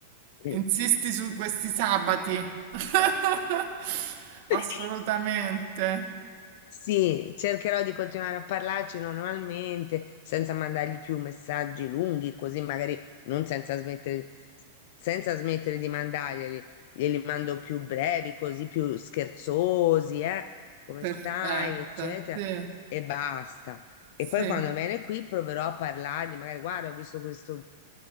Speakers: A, on the left; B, on the right.
A: Mm.
B: insisti su questi sabati. <laughs> Assolutamente.
A: <laughs> Sì, cercherò di continuare a parlarci normalmente, senza mandargli più messaggi lunghi, così magari non senza smettere, senza smettere di mandarglieli. Glieli mando più brevi, così più scherzosi, eh? Come
B: Perfetta,
A: stai, eccetera.
B: sì,
A: E basta. E
B: sì,
A: poi quando viene qui proverò a parlargli, magari guarda, ho visto questo